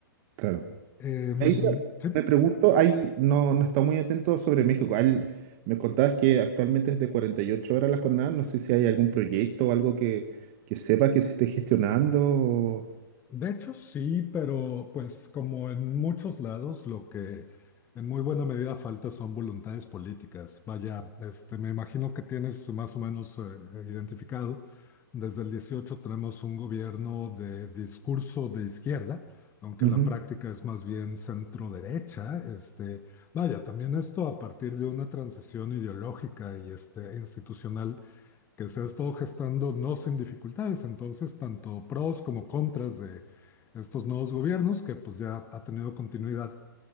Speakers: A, on the right; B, on the left.
A: claro.
B: Em,
A: Ahí yo
B: sí,
A: me pregunto, ahí no, no está muy atento sobre México. Al- me contabas que actualmente es de 48 horas la jornada. No sé si hay algún proyecto o algo que, que sepa que se esté gestionando. o-
B: De hecho, sí, pero pues como en muchos lados, lo que en muy buena medida falta son voluntades políticas. Vaya, este, me imagino que tienes más o menos eh, identificado. Desde el 18 tenemos un gobierno de discurso de izquierda, aunque
A: Ujú.
B: la práctica es más bien centro derecha. Este, vaya, también esto a partir de una transición ideológica y este, institucional que se ha estado gestando no sin dificultades. Entonces, tanto pros como contras de estos nuevos gobiernos, que pues ya ha tenido continuidad.